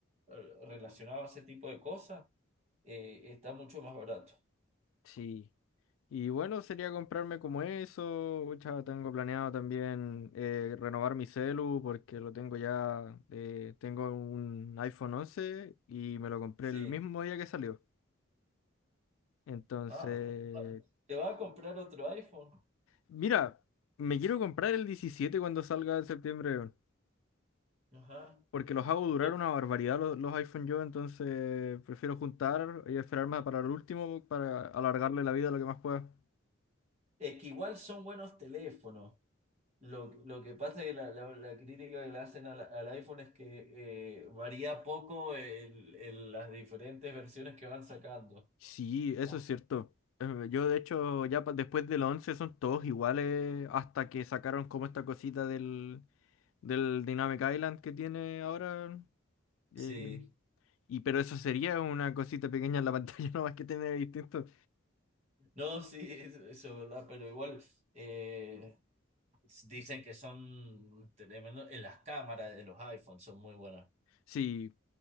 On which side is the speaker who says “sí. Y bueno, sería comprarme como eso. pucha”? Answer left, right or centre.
Left